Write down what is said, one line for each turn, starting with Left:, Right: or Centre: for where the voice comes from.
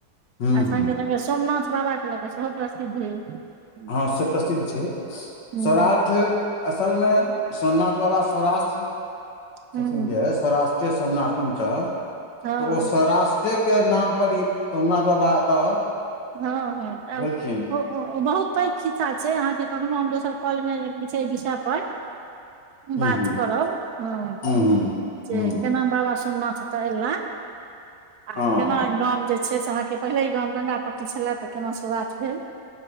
Left: हूँ
Right: आ
Left: हूँ
Right: संगे संगे सोमनाथ बाबा के ल कअ सेहो प्रसिद्ध अछि
Left: हँ से प्रसिद्ध छै
Right: हूँ
Left: सौराठ असल मे सोमनाथ बाबा सौराष्ट्र
Right: हूँ
Left: छथिन जे सौराष्ट्र सोमानाथम च तऽ
Right: हँ
Left: ओ सौराष्ट्र के नाम पर ई सोमनाथ बाबा एतऽ
Right: हँ हँ आब
Left: भेलखिन
Right: हँ ओ ओ बहुत पैघ खिस्सा छै अहाँके कखनो हम दोसर कॉल मे जे छै एहि विषय पर
Left: हूँ
Right: बात
Left: हूँ
Right: करब ह
Left: हूँ हूँ
Right: जे
Left: हूँ
Right: केना बाबा सोमनाथ एतअ ऐला आ
Left: हँ
Right: केना
Left: हँ
Right: ई गाम जे छै से अहाँके पहिले ई गाम गंगा पट्टी स एल्य तऽ केना सराट भेल